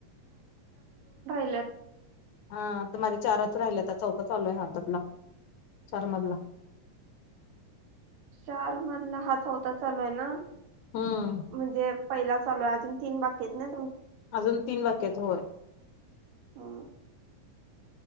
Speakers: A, on the right; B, on the left.
A: ला
B: हा तर माझे चारच राहिले आ चौथा चालू आहे ह ला शर्मातला
A: चार मधला हा चौथा चालू आहे ना
B: हम्म
A: म्हणजे पहिला ल अजून ती बागकेत ना
B: अजून तीन वाक्यात होय
A: ह